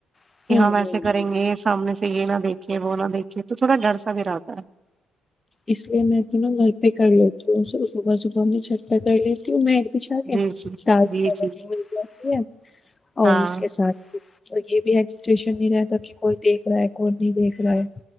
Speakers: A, on the left; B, on the right.
A: ہوں
B: کہ ہم
A: ہوں ہوں
B: ایسے کریں گے سامنے سے یہ نہ دیک رے وہ نہ دیکھیے تو تھوڑا ڈر سا بھی رہتا ہے
A: اس لیے میں تو نا گھر پہ کر لیتی ہوں صبح صبح میں چھت پہ کر لیتی ہوں میں بچھا کے
B: جی جی
A: دالہ
B: جی جی
A: مل جاتی ہے اور
B: ہاں
A: اس کے ساتھ تو یہ بھی ایجسٹشن نہیں رہتا کہ کوئی دیکھ رہا ہے کوئی نہیں دیکھ رہا ہے